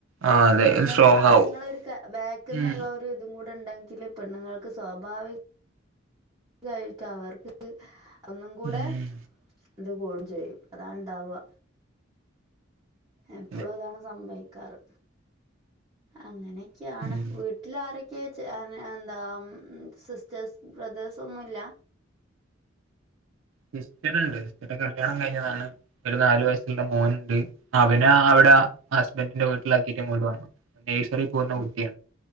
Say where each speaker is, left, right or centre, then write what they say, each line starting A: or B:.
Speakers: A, on the right (about 80°); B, on the right (about 20°).
A: ആ അതെ
B: പെണ്ണുങ്ങക്ക്
A: സ്ട്രോങ്
B: അണ്ങ്ങളെ
A: ആവും
B: ഒരു ക ബേക്ക്ന്നുള്ളൊര്
A: ഉം
B: കൂടെണ്ടെങ്കില് പെണ്ണുങ്ങൾക്ക് സ്വാഭാവിക കാഴിട്ട് അവർക്ക് ഒന്നും കൂടെ
A: ഉം
B: ഇത് കൂടും ചെയ്യും അതാണ്ടാവ എപ്പളും
A: അതെ
B: അതാണ് സംഭവിക്കാറ് അങ്ങനെയെക്ക്യാണ്
A: ഉം
B: വീട്ടില് ആരെ ക്കെ എന്താ സിസ്റ്റേഴ്സ് ബ്രദേഴ്സൊന്നുല്ല
A: സിസ്റ്ററ്ണ്ട് സിസ്റ്ററെ കല്യാണം കഴിഞ്ഞതാണ് ഒരു നാലുവയസ്സുള്ള മോനുണ്ട് അവനെ അവ്ടെ ഹസ്ബൻഡിന്റെ വീട്ടിലാക്കീറ്റ് <unintelligible> വന്നു നെഴ്സറി പോവുന്ന
B: ഉം
A: കുട്ട്യ